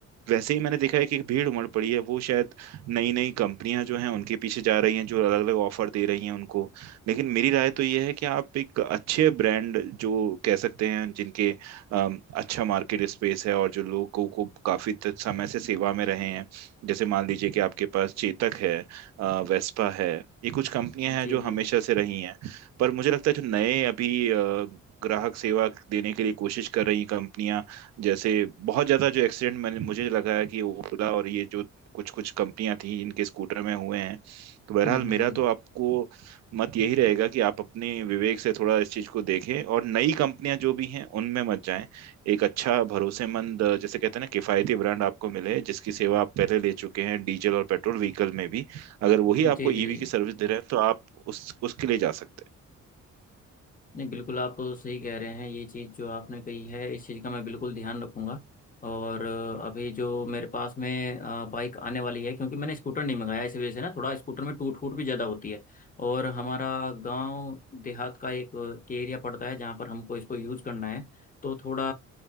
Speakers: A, on the right; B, on the left.
A: वैसे ही मैंने देखा है कि भीड़ उमड़ पड़ी है वो शायद नई नई कंपनियां जो हैं उनके पीछे जा रही हैं जो अलग अलग ऑफर दे रही हैं उनको लेकिन मेरी राय तो ये है कि आप एक अच्छे ब्रांड जो कह सकते हैं जिनके अम, अच्छा मार्केट स्पेस है और जो लोगों को काफी त- समय से सेवा में रहे हैं जैसे मान लीजिए कि आपके पास चेतक है अ, वेस्पा है ये कुछ कंपनियां हैं
B: जी
A: जो हमेशा
B: जी जी
A: से रही हैं पर मुझे लगता है जो नए अभी अ, ग्राहक सेवा देने के लिए कोशिश कर रही कंपनियां जैसे बहुत ज्यादा जो एक्सीडेंट मैंने मुझे लगा है कि ओला और ये जो कुछ कुछ कंपनियां थी इनके स्कूटर में हुए हैं तो बहरहाल
B: हम्म हम्म
A: मेरा
B: हम्म
A: तो आपको मत यही रहेगा कि आप अपने विवेक से थोड़ा इस चीज को देखें और नई कंपनियां जो भी हैं उनमें मत जाएं एक अच्छा भरोसेमंद जैसे कहते हैं ना किफायती ब्रांड आपको मिले जिसकी सेवा आप पहले ले चुके हैं डीजल और पेट्रोल व्हीकल में भी अगर
B: जी
A: वही
B: जी
A: आपको ईवी
B: जी
A: की सर्विस दे रहे हैं तो आप उस उसके लिए जा सकते
B: नहीं बिल्कुल आप सही कह रहे हैं ये चीज़ जो आपने कही है इस चीज़ का मैं बिल्कुल ध्यान रखूंगा और अ, अभी जो मेरे पास में अ, बाइक आने वाली है क्योंकि मैंने स्कूटर नहीं मंगाया इस वजह से ना थोड़ा स्कूटर में टूट फूट भी ज़्यादा होती है और हमारा गांव देहात का एक एरिया पड़ता है जहाँ पर हमको इसको यूज करना है तो थोड़ा